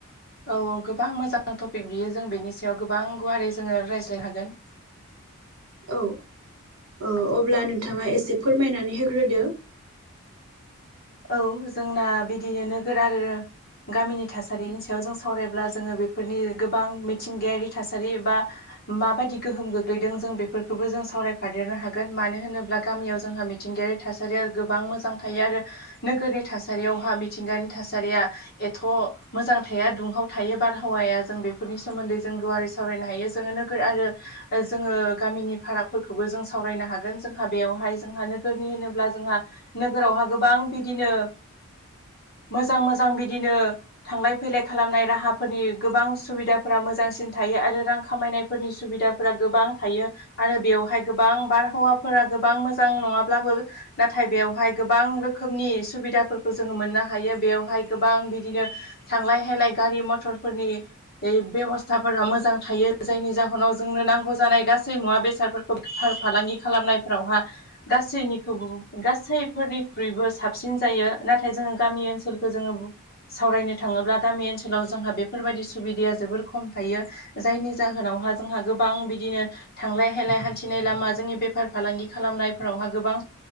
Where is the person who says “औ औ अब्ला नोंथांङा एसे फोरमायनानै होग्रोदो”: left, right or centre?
Right